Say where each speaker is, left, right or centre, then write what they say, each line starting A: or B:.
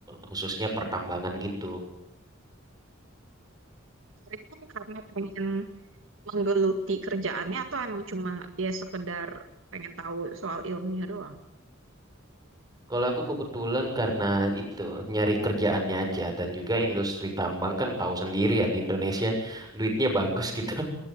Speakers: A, on the right; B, on the right.
A: khususnya pertambangan gitu.
B: Tertarik kan karena pengen menggeluti kerjaannya atau emang cuma ya sekedar pengen tahu soal ilmunya doang?
A: Kalau aku kebetulan karena itu nyari kerjaannya aja dan juga industri tambang kan tahu sendiri ya di Indonesia duitnya bagus gitu.